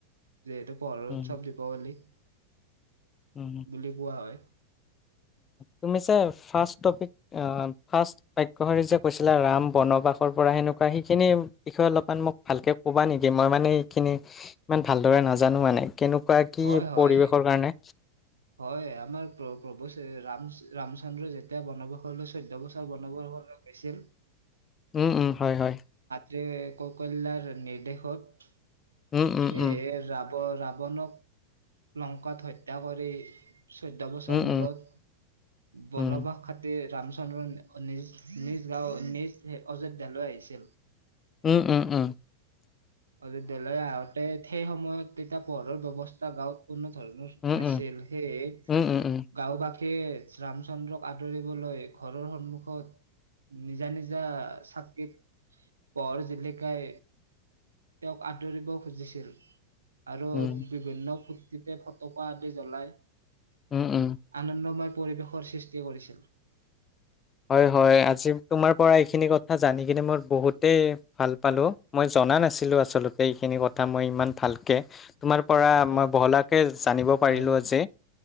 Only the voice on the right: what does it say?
যিহেতু পহৰৰ
উৎসৱ দীপাৱলী
বুলি কোৱা হয়।
হয় হয়
হয় আমাৰ প্ৰ প্ৰভু ৰাম ৰামচন্দ্ৰ যেতিয়া বনবসলৈ চৈধ্য় বছৰ বনবসলৈ গৈছিল।
যে ককলললাৰ নিৰ্দেশক
সেই
যাব ৰাৱণক লংকাত হত্যা কৰি চৈধ্য় বছৰ
মূৰত
বনবাস
খাতে ৰাম চন্দ্ৰ নিজ-নিজ গাঁও নিজ অযোধ্যালৈ আহিছিল।
অ দলে আগতে সেই সময়ত তেতিয়া পোৰৰ ব্যয়ৱস্থা গাঁত পৰ্ণ থল
নাছিল
সেই
গাঁও বী কে ৰামচন্দ্ৰক আদৰিবলৈ ঘৰৰ সন্মুখত নিজা নিজা চাকিত পহৰ জিলিকাই তেওঁক আদৰিব খুজিছিল। আৰু
বিভিন্ন ফূৰ্তিতে ফটকা আদি জ্বলাই
আনন্দময় পৰিৱেশৰ সৃষ্টি কৰিছিল।
অ
হয়
হয়